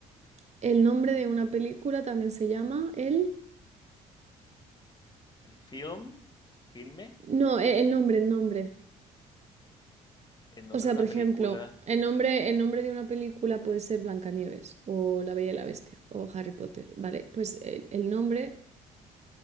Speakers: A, on the right; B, on the left.
A: El nombre de una película también se llama el...
B: El film, filme,
A: No, e- el nombre, el nombre.
B: el nombre
A: O sea,
B: de
A: por
B: una
A: ejemplo,
B: película,
A: el nombre, el nombre de una película puede ser Blancanieves o La Bella y la Bestia o Harry Potter. Vale, pues el, el nombre